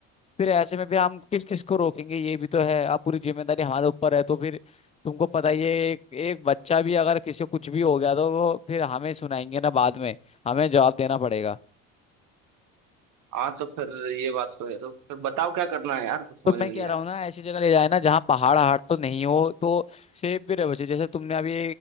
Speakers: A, on the left; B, on the right.
A: फिर ऐसे में फिर हम किस किस को रोकेंगे ये भी तो है अब पूरी जिम्मेदारी हमारे ऊपर है तो फिर तुमको पता ही है एक एक बच्चा भी अगर किसी को कुछ भी हो गया तो वो फिर हमें सुनाएंगे ना बाद में हमें जवाब देना पड़ेगा
B: हाँ तो फिर ये बात तो है तो फिर बताओ क्या करना है यार कुछ समझ
A: तो मैं
B: में
A: कह
B: नहीं
A: रहा
B: आ रहा
A: हूँ
B: है
A: ना ऐसी जगह ले जाए ना जहाँ पहाड़ हाड़ तो नहीं हो तो सेफ भी रहे बच्चे जैसे तुमने अभी